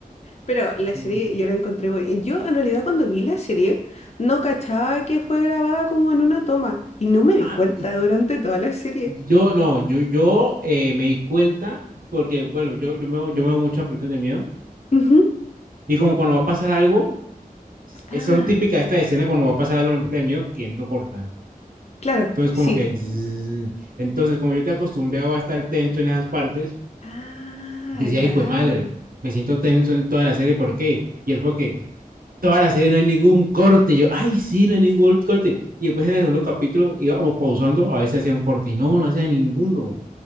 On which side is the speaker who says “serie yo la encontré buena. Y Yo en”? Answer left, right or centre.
Left